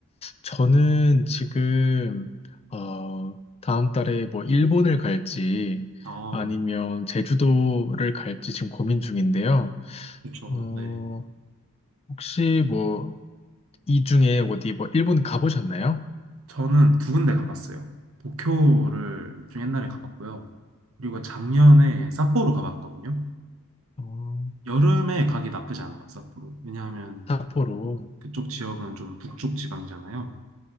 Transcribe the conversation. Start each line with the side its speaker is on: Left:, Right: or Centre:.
Left: 저는 지금, 어, 다음 달에 뭐 일본을 갈지
Right: 아,
Left: 아니면 제주도를 갈지 지금 고민 중인데요.
Right: 좋죠.
Left: 어,
Right: 네.
Left: 혹시 뭐 이 중에 어디 뭐 일본 가보셨나요?
Right: 저는 두 군데 가봤어요. 도쿄를 좀 옛날에 가봤고요. 그리고 작년에 삿포로 가봤거든요.
Left: 어,
Right: 여름에 가기 나쁘지 않아요, 삿포로. 왜냐하면
Left: 삿포로.
Right: 그쪽 지역은 좀 북쪽 지방이잖아요.